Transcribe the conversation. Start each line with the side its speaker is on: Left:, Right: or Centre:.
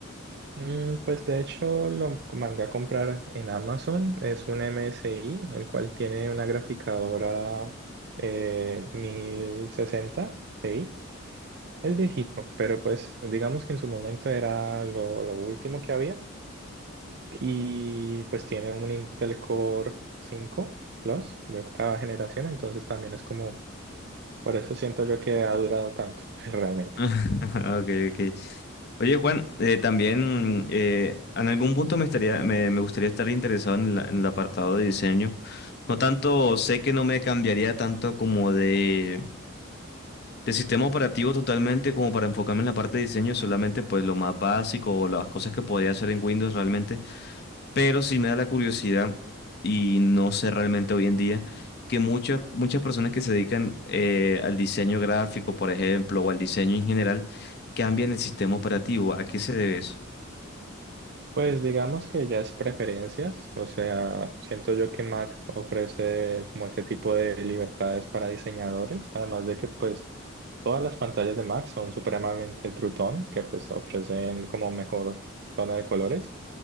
Right: Mm, Pues de hecho lo mandé a comprar en Amazon, es un MSI, el cual tiene una graficadora eh, mil sesenta Ti Es viejito, pero pues digamos que en su momento era lo, lo último que había y pues tiene un Intel Core 5 Plus de octava generación, entonces también es como, por eso siento yo que ha durado tanto <laughs> realmente.
Left: <laughs> Ok, ok. Oye, Juan, eh, también eh, en algún punto me estaría, me, me gustaría estar interesado en, la- en el apartado de diseño. No tanto, sé que no me cambiaría tanto como de De sistema operativo totalmente como para enfocarme en la parte de diseño solamente pues lo más básico o las cosas que podía hacer en Windows realmente, pero sí me da la curiosidad y no sé realmente hoy en día que muchas muchas personas que se dedican eh, al diseño gráfico, por ejemplo, o al diseño en general, cambian el sistema operativo. ¿A qué se debe eso?
Right: Pues digamos que ya es preferencias, o sea, siento yo que Mac ofrece como ese tipo de libertades para diseñadores, además de que pues todas las pantallas de Mac son supremamente True Tone, que pues ofrecen como mejor tono de colores.